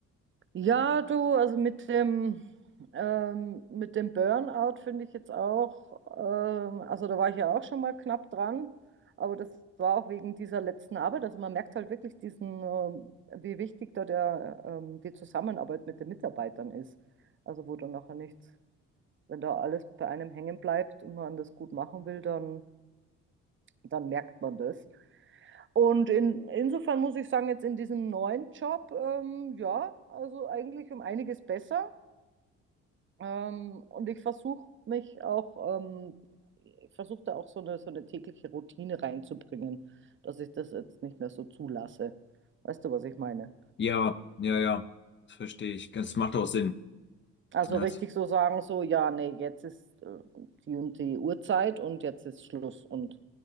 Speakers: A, on the right (about 40°); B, on the left (about 40°).
A: Ja, du, also mit dem, ähm, mit dem Burnout finde ich jetzt auch, ähm, also da war ich ja auch schon mal knapp dran, aber das war auch wegen dieser letzten Arbeit. Also man merkt halt wirklich diesen, ähm, wie wichtig da der, ähm, die Zusammenarbeit mit den Mitarbeitern ist. Also wo dann nachher nichts, wenn da alles bei einem hängen bleibt und man das gut machen will, dann, dann merkt man das. Und in, insofern muss ich sagen, jetzt in diesem neuen Job, ähm, ja, also eigentlich um einiges besser. Ähm, und ich versuche mich auch, ähm, ich versuche da auch so eine, so eine tägliche Routine reinzubringen, dass ich das jetzt nicht mehr so zulasse. Weißt du, was ich meine?
B: Ja, ja, ja, das verstehe ich. Das macht auch Sinn.
A: Also
B: Ja,
A: richtig
B: das-
A: so sagen, so, ja, nee, jetzt ist äh, die und die Uhrzeit und jetzt ist Schluss. Und